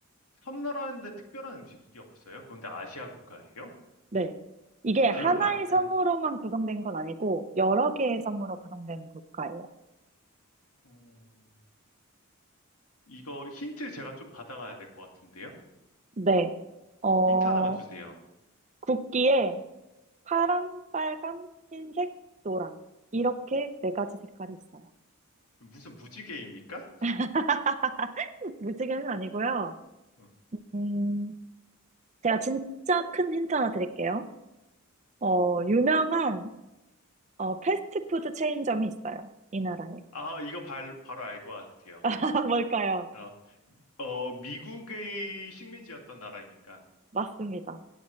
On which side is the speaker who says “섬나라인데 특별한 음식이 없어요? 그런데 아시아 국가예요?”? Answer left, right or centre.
Left